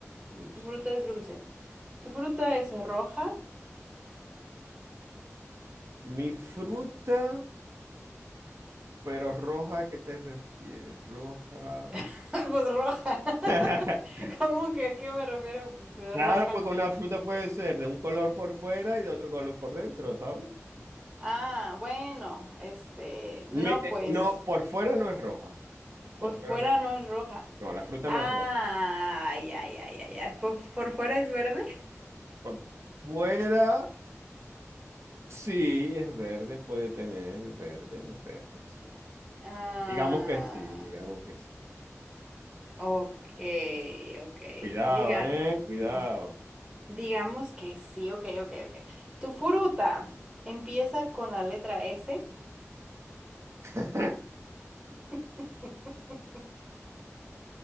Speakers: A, on the right; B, on the right.
A: es dulce.
B: Tu fruta es dulce. ¿Tu fruta es roja?
A: Mi fruta... Pero roja, ¿a qué te refieres? Roja.
B: <laughs> Pues roja. <laughs>
A: <laughs>
B: ¿Cómo que a qué me refiero? Pues eh,
A: Claro,
B: roja.
A: porque una fruta puede ser de un color por fuera y de otro color por dentro, ¿sabes?
B: Ah, bueno, este,
A: Mi-
B: no,
A: eh,
B: pues.
A: no, por fuera no es roja. Por
B: Por fuera
A: fuera no.
B: no es roja.
A: No, la fruta
B: Ah,
A: no es roja.
B: ya, ya, ya, ya. ¿Por, por fuera es verde?
A: Por fuera sí es verde, puede tener verde, es verde, sí.
B: Ah,
A: Digamos que sí, digamos que sí.
B: ok, ok.
A: Cuidado,
B: Diga,
A: ¿eh? Cuidado.
B: mm, digamos que sí, ok, ok, ok. Tu fruta empieza con la letra S.
A: <laughs>
B: <laughs>